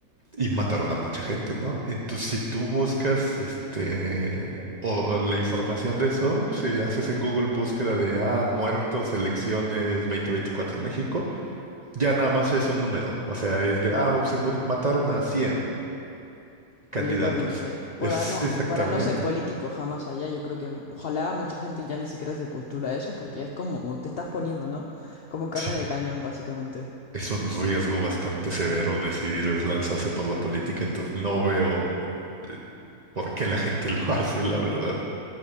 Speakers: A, on the right; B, on the left.
A: y mataron a mucha gente, ¿no? Entonces, si tú buscas este o la información de eso, si haces en Google búsqueda de ah, muertos, elecciones 2024 México, ya nada más es un número. O sea, es de ah, se mur- mataron a cien candidatos.
B: Oye, qué horrible, ¿eh? Para
A: Es
B: no,
A: exactamente.
B: para no ser político jamás allá, yo creo que ojalá mucha gente ya ni siquiera se postula a eso porque es como te estás poniendo, ¿no? Como carne
A: Sí.
B: de cañón, básicamente.
A: Es un riesgo bastante severo decidir lanzarse por la política, entonces no veo eh, por qué la gente <laughs> lo hace, la verdad.